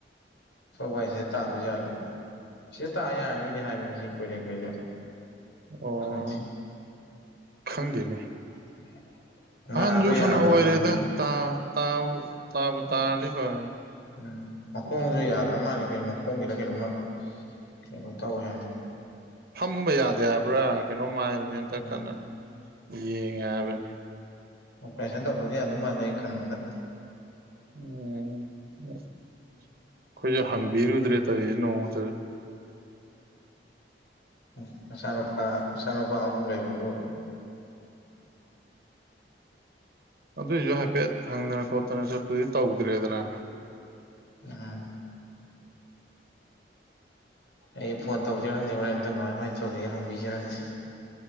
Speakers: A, on the left; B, on the right.
A: ꯊꯣꯛꯂꯛꯄ ꯍꯥꯏꯁꯦ ꯁꯤꯗ ꯇꯥꯗꯣꯏꯖꯥꯠꯂ ꯁꯤꯗ ꯇꯥ ꯌꯥꯔꯅꯤꯗꯤ ꯍꯥꯏꯕꯅꯤ ꯁꯤ ꯀꯣꯏꯔꯦꯡꯈꯩꯗ
B: ꯑꯣ
A: ꯈꯪꯗꯦ
B: ꯈꯪꯗꯦꯅꯦ
A: <unintelligible>
B: ꯑꯍꯟꯁꯨ ꯐꯅ
A: ꯌꯥꯗ꯭ꯔ
B: ꯑꯣꯏꯔꯦꯗ
A: ꯃꯥꯜꯂꯦ
B: ꯇꯥ ꯇꯥꯕꯨ ꯇꯥꯕꯨ ꯇꯥꯔꯗꯤ ꯐꯔꯦ
A: ꯎꯝ ꯃꯈꯣꯡꯁꯨ ꯌꯥꯗ꯭ꯔ ꯃꯥꯜꯂꯦ ꯀꯩ ꯃꯈꯣꯡꯒꯤꯔ ꯀꯩꯅꯣꯝꯃ ꯀꯩꯅꯣ ꯇꯧꯋꯦ ꯍꯥꯏ
B: ꯐꯝꯕ ꯌꯥꯗꯦ ꯍꯥꯏꯕ꯭ꯔꯥ ꯀꯩꯅꯣꯝ ꯍꯥꯏꯕꯅꯦ ꯍꯟꯇ
A: ꯎꯝ
B: ꯀꯟꯅ ꯌꯦꯡꯉꯦ ꯍꯥꯏꯕꯅꯤ
A: ꯑꯣꯄꯔꯦꯁꯟ ꯇꯧꯗꯔꯗꯤ ꯌꯥꯗꯧ ꯃꯥꯟꯗꯦ ꯈꯟꯕꯗ
B: ꯎꯝ ꯑꯈꯣꯏꯁꯨ ꯍꯪꯕꯤꯔꯨꯗ꯭ꯔꯦ ꯇꯔꯤꯁꯦ ꯅꯣꯡꯃꯇ
A: ꯎ ꯃꯆꯥꯅꯨꯄꯥ ꯃꯆꯥꯅꯨꯄꯥ ꯑꯍꯨꯝ ꯂꯩꯕꯕꯨ
B: ꯑꯗꯨꯏꯁꯨ ꯍꯥꯏꯐꯦꯠ ꯍꯪꯗꯅ ꯈꯣꯠꯇꯅ ꯆꯠꯄꯗꯤ ꯇꯧꯗ꯭ꯔꯦꯗꯅ
A: ꯑꯥꯥꯥ ꯑꯩ ꯐꯣꯟ ꯇꯧꯖꯤꯔ ꯈꯪꯗ° ꯍꯣꯔꯦꯟ ꯑꯝꯇ ꯀꯃꯥꯏ ꯀꯃꯥꯏ ꯇꯧꯔꯤꯒꯦ ꯍꯪꯕꯤꯖꯤꯔ ꯈꯪꯗ°